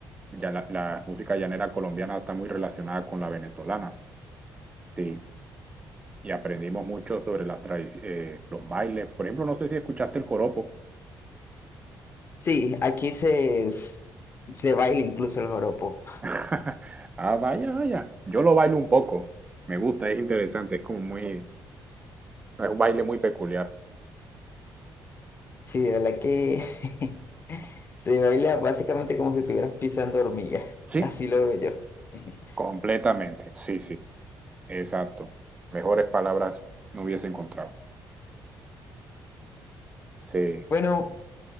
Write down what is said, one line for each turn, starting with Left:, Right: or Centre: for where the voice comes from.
Right: ya la, la música llanera colombiana está muy relacionada con la venezolana, sí, y aprendimos mucho sobre las tradi- eh, los bailes. Por ejemplo, no sé si escuchaste el joropo.
Left: Sí, aquí se, se baila incluso el joropo.
Right: <laughs> Ah, vaya, vaya. Yo lo bailo un poco. Me gusta, es interesante, es como muy, es un baile muy peculiar.
Left: Sí, de verdad que <laughs> se baila básicamente como si estuvieras pisando hormigas.
Right: Sí,
Left: Así lo veo yo. <laughs>
Right: Completamente, sí, sí, exacto. Mejores palabras no hubiese encontrado. Sí.
Left: Bueno,